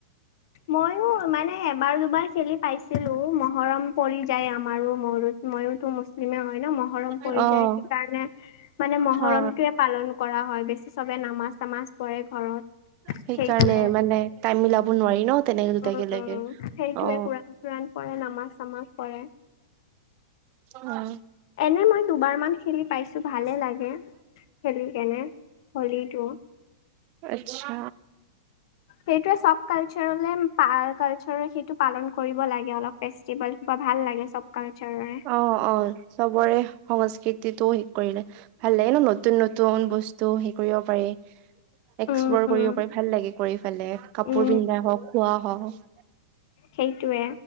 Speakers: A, on the left; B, on the right.
A: ময়ো মানে। এ এবাৰ দুবাৰ খেলি পাইছিলো মহৰম পৰি যায় আমাৰো মত ময়োতো মুছলিমে হয় ন মহ। মহৰম
B: অ',
A: পৰি যায় সেইকাৰণে মানে মহৰমটোৱে।
B: হা।
A: পালন কৰা হয় বেছি চবে নামাজ চামাজ পৰে ঘৰত।
B: সেইকাৰণে
A: সেইটোৱে
B: মানে টাইম মিলাব নোৱাৰি ন। তেনেকে
A: উম,
B: লে
A: উম, সেইটোৱে
B: অ।
A: কোৰাণ চোৰাণ পঢ়ে নামাজ চামাজ পঢ়ে।
B: অহ অহ।
A: এনে মই দুবাৰ মান খেলি পাইছো ভালে লাগে। গে খেলি কেনে হলীটো।
B: আচ্ছা।
A: সেইটোৱে চব কালচাৰলে কালচাৰ সেইটো পালন কৰিব লাগে অলপ। ফেষ্টিভেল বা ভাল লাগে চব কালচাৰৰে।
B: অ', অ', চবৰে সংস্কৃতিটোও শেষ কৰিলে। ভাল ন' নতুন নতুন বস্তু হেৰি কৰিব পাৰি। এক্সপ্লোৰ
A: উম, উম,
B: কৰিব পাৰি, ভাল লাগে কৰি ফালে, কাপোৰ
A: উম,
B: পিন্ধা হওঁক, খোৱা হওঁক।
A: সেইটোয়ে।